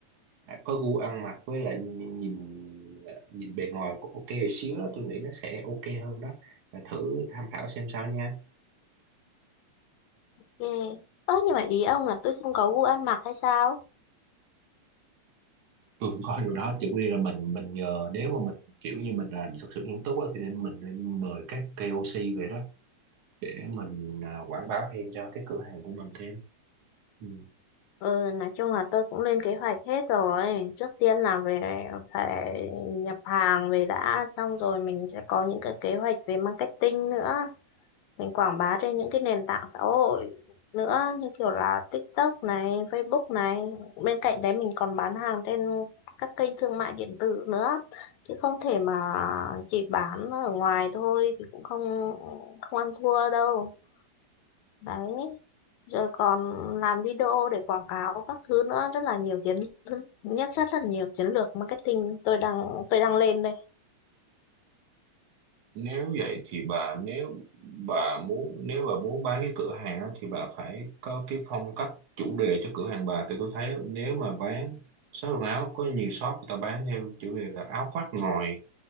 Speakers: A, on the right (about 65°); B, on the left (about 80°).
A: có gu ăn mặc với lại nhìn nhìn, nhìn bề ngoài cũng ok một xíu đó tôi nghĩ nó sẽ ok hơn đó Bà thử tham khảo xem sao nha
B: Yeah. Ơ nhưng mà ý ông là tôi không có gu ăn mặc hay sao?
A: tôi cũng coi điều đó chỉ quy là mình mình nhờ nếu mà mình kiểu như mình làm thật sự nghiêm túc á, thì nên mình nên mời các KOC về đó để mình à, quảng bá thêm cho cái cửa hàng của mình thêm ừ.
B: Ừ, nói chung là tôi cũng lên kế hoạch hết rồi. Trước tiên là về phải nhập hàng về đã, xong rồi mình sẽ có những cái kế hoạch về marketing nữa. Mình quảng bá trên những cái nền tảng xã hội nữa, như kiểu là TikTok này, Facebook này. Bên cạnh đấy mình còn bán hàng trên các kênh thương mại điện tử nữa. Chứ không thể mà chỉ bán ở ngoài thôi thì cũng không không ăn thua đâu. Đấy rồi còn làm video để quảng cáo các thứ nữa rất là nhiều chiến nhất rất là nhiều chiến lược marketing tôi đang tôi đang lên đây
A: nếu vậy thì bà nếu bà muốn nếu bà muốn bán cái cửa hàng á, thì bà phải có cái phong cách chủ đề cho cửa hàng bà thì tôi thấy nếu mà bán shop quần áo có nhiều shop người ta bán theo chủ đề là áo khoác ngồi